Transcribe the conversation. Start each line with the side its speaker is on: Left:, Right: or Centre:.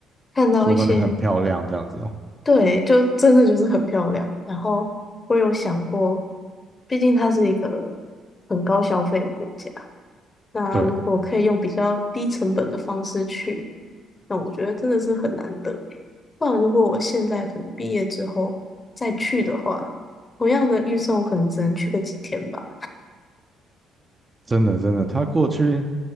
Left: 看到一些。
Right: 说那边很漂亮这样子哦。
Left: 对，就真的就是很漂亮。然后我有想过，毕竟它是一个很高消费的国家，那如果可以用比较低成本的方式去，
Right: 对，
Left: 那我觉得真的是很难得。不然，如果我现在可能毕业之后再去的话，同样的预算我可能只能去个几天吧。
Right: 真的真的，他过去